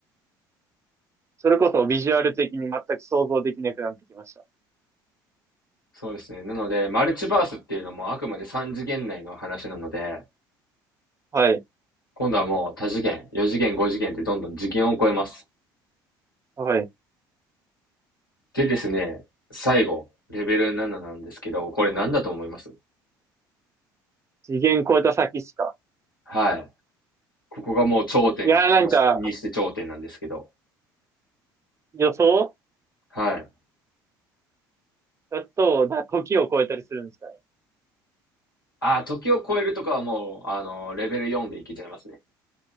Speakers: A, on the right (about 25°); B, on the left (about 85°).
A: それこそビジュアル的に全く想像できなくなってきました。
B: そうですね。なので、マルチバースっていうのもあくまで3次元内の話なので、
A: はい。
B: 今度はもう多次元、4次元、5次元ってどんどん次元を超えます。
A: はい。
B: でですね、最後、レベル7ななんですけど、これ何だと思います
A: 次元超えた先っすか。
B: はい。ここがもう頂点にし、
A: いやーなんか、
B: にして頂点なんですけど、
A: 予想
B: はい。
A: だと、な、時を超えたりするんですかね。
B: あー、時を超えるとかはもう、あのレベル4でいけちゃいますね。